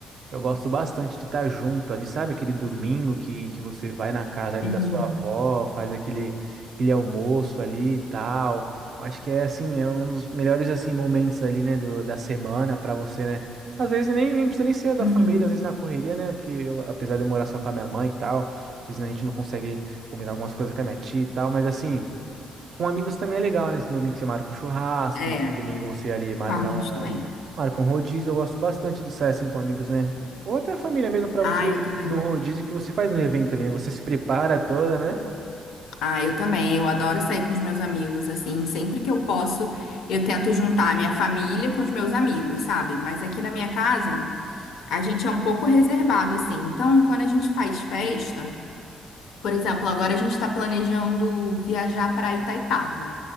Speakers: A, on the right; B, on the left.
A: Eu gosto bastante de estar junto ali, sabe? Aquele domingo que, que você vai na casa ali
B: uhum,
A: da sua avó, faz aquele, aquele almoço ali e tal. Eu Acho que é assim, é um dos melhores assim momentos ali, né, do, da semana para você, né? Às vezes nem, nem precisa nem ser da
B: uhum.
A: família, às vezes na correria, né? Porque eu, apesar de eu morar só com a minha mãe e tal, às vezes a gente não consegue combinar algumas coisas com a minha tia e tal, mas assim. Com amigos também é legal, né? Esse domingo você marca um churrasco, no
B: É,
A: outro domingo você ali marca
B: família
A: um,
B: também.
A: marca um rodízio. Eu gosto bastante de sair assim com amigos, né? Ou até a família mesmo pra
B: Ah,
A: você
B: eu
A: ir
B: também.
A: num rodízio que você faz um evento ali, né? Você se prepara toda, né?
B: Ah, eu também. Eu adoro sair com os meus amigos, assim. Sempre que eu posso, eu tento juntar a minha família com os meus amigos, sabe? Mas aqui na minha casa, a gente é um pouco reservado, assim. Então, quando a gente faz festa, por exemplo, agora a gente está planejando viajar para Itaipava.